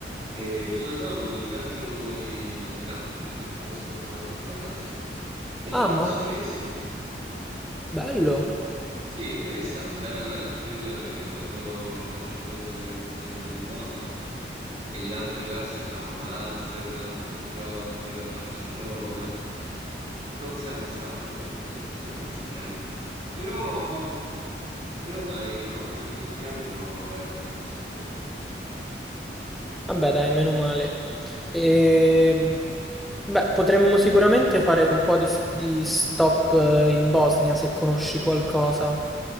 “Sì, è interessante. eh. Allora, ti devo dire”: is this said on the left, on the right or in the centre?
Right